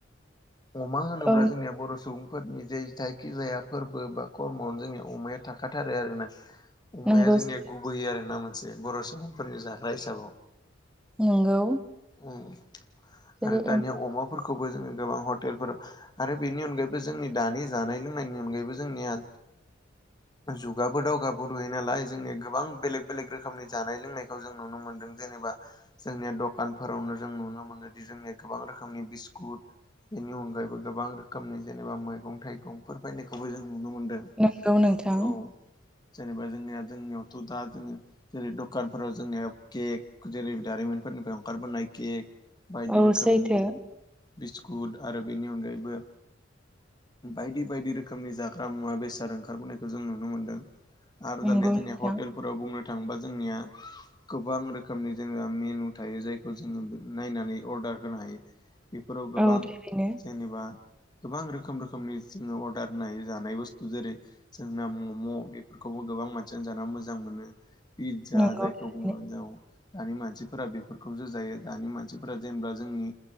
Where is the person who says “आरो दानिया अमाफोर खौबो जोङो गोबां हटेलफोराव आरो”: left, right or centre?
Left